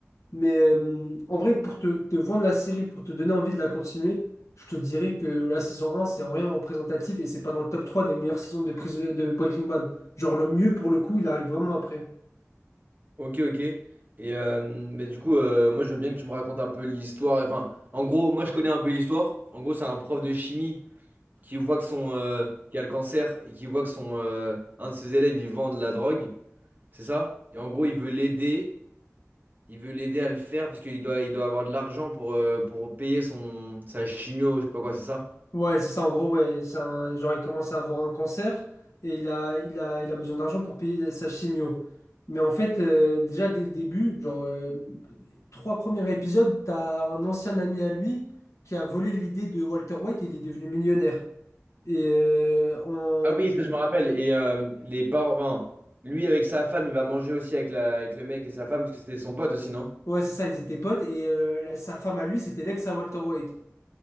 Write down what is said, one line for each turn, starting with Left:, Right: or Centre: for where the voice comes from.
Left: Mais euh, en vrai, pour te, te vendre la série, pour te donner envie de la continuer, je te dirais que la saison un c'est en rien représentatif et c'est pas dans le top 3 des meilleures saisons de, Prison- de Breaking Bad. Genre le mieux pour le coup, il arrive vraiment après.
Right: Ok, ok. Et euh, mais du coup, euh, moi, je veux bien que tu me racontes un peu l'histoire. Enfin, en gros, moi, je connais un peu l'histoire. En gros, c'est un prof de chimie qui voit que son euh, qui a le cancer et qui voit que son euh, un de ses élèves il vend de la drogue, c'est ça? Et en gros, il veut l'aider, il veut l'aider à le faire parce qu'il doit il doit avoir de l'argent pour euh, pour payer son sa chimio, je sais pas quoi, c'est ça?
Left: Ouais, c'est ça, en gros, ouais. C'est un- genre, il commence à avoir un cancer et il a, il a, il a besoin d'argent pour payer sa chimio. Mais en fait, euh, déjà dès le début, genre, euh, trois premiers épisodes, t'as un ancien ami à lui qui a volé l'idée de Walter White et il est devenu millionnaire. Et euh, on...
Right: Ah oui, ça je me rappelle. Et euh, les parents, enfin, lui avec sa femme, il va manger aussi avec la avec le mec et sa femme parce que c'était son pote aussi, non?
Left: Ouais, c'est ça, ils étaient potes et euh, la- sa femme à lui, c'était l'ex à Walter White.